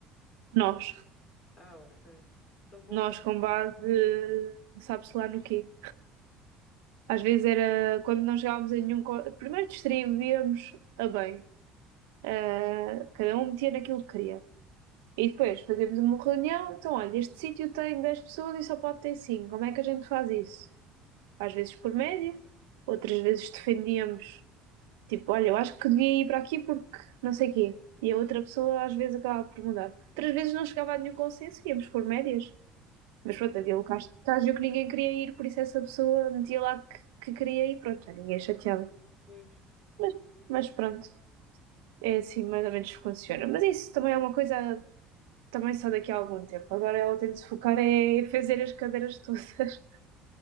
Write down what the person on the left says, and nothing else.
Ah, ok. Então convém.
Pois.